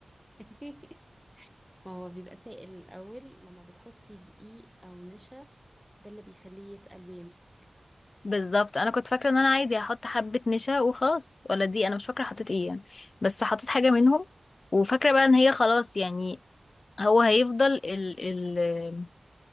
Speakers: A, in the centre; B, on the left.
A: <laughs> ما هو بيبقى سائل الأول لما بتحطي دقيق أو نشا ده اللي بيخليه يتقل ويمسك
B: بالظبط انا كنت فاكره ان انا عادي هحط حبه نشا وخلاص ولا دي انا مش فاكره حطيت ايه يعني بس حطيت حاجه منهم وفاكره بقى ان هي خلاص يعني هو هيفضل ال ال